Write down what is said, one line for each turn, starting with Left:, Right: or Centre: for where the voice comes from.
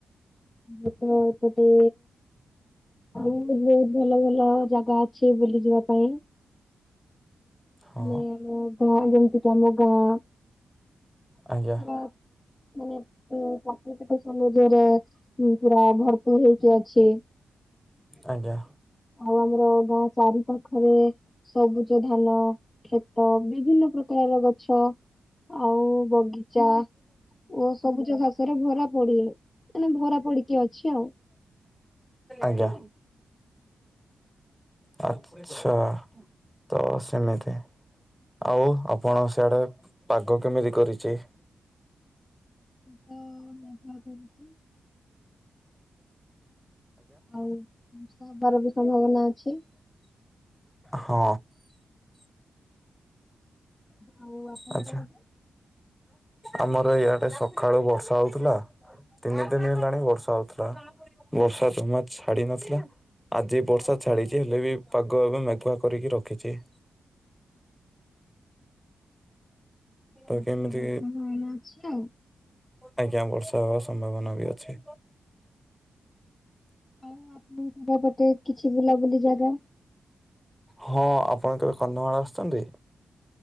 Left: ଅପଣ ଏପଟେ। ବହୁତୁ ବହୁତ ଭଲ ଭଲ ଜାଗା ଅଛି ବୁଲି ଯିବା ପାଇଁ।
Centre: ହଁ
Left: ମାନେ ମୁଁ <unintelligible> ଯେମିତିକ ଆମ ଗାଁ।
Centre: ଆଜ୍ଞା
Left: ବା ମାନେ ଉଁ ପ୍ରାକୃତିକ ସମଜରେ। ପୁରା ଭରପୁର ହେଇକି ଅଛି।
Centre: ଆଜ୍ଞା
Left: ଆଉ ଆମର ଗାଁ ଚାରି ପାଖରେ ସବୁଜ ଧାନ ଖେ ତ ବିଭିନ୍ନ ପ୍ରକାରର ଗ ଗଛ ଆଉ ବଗିଚା ଓ ସବୁଜ ଘାସରେ ଭରା ପଡି ରହି ମାନେ ଭରା ପଡିକି ଅଛି ଆଉ।
Centre: ଆଜ୍ଞା। ଆଛା ତ ସେମିତି। ଆଉ ଆପଣ ସିଆଡେ ପାଗ କେମିତି କରିଛି? <inaudible>
Left: ତ ମେଘୁଆ କରିଛି ଆଉ ବର୍ଷା ହବାର ବି ସମ୍ଭାବନା ଅଛି।
Centre: ହଁ।
Left: ଆଉ ଆପଣଙ୍କ
Centre: ଆଚ୍ଛା।
Left: ପଟେ?
Centre: ଆମର ଇଆଟେ ସଖାଳୁ ବର୍ଷା ହଉଥିଲା। ତିନି ଦିନି ହେଲାଣି ବର୍ଷା ହଉଥିଲା ବର୍ଷା ଜମା ଛାଡି ନଥିଲା। ଆଜି ବର୍ଷା ଛାଡ଼ିଚି ହେଲେ ବି ପାଗ ଏବେ ମେଘୁଆ କରିକି ରଖିଚି। ତ
Left: ବର୍ଷା
Centre: କେମିତି
Left: ହବାର ସମ୍ଭାବନା ଅଛି ଆଉ।
Centre: ଆଜ୍ଞା ବର୍ଷା ହବା ସମ୍ଭାବନା ବି ଅଛି।
Left: ଆଉ ଆପଣଙ୍କ <unintelligible> ପଟେ କିଛି ବୁଲାବୁଲି ଜାଗା।
Centre: ହଁ ଆପଣ କେବେ କନ୍ଧମାଳ ଆସିଛନ୍ତି?